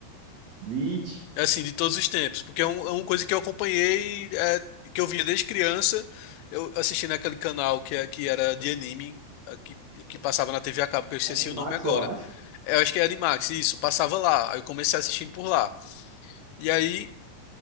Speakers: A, on the right; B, on the left.
A: Bleach,
B: Assim, de todos os tempos, porque é, um- é uma coisa que eu acompanhei, é, que eu via desde criança, eu assisti naquele canal que, é- que era de anime, é, que, que passava na TV a cabo, que eu esqueci
A: Animax,
B: o nome agora.
A: eu acho.
B: É, Eu acho que é Animax, isso, passava lá, aí eu comecei assistindo por lá. E aí,